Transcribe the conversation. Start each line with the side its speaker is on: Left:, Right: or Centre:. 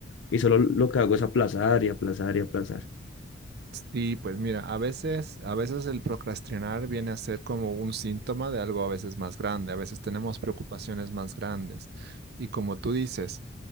Left: Y solo lo que hago es aplazar y aplazar y aplazar.
Right: Sí, pues mira, a veces, a veces el procrastinar viene a ser como un síntoma de algo a veces más grande, a veces tenemos preocupaciones más grandes. Y como tú dices,